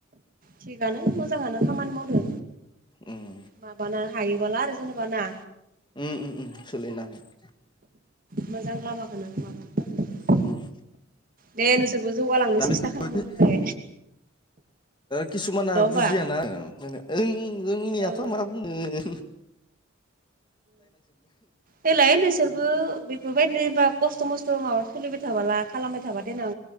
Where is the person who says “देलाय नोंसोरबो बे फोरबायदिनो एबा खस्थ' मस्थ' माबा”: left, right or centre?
Right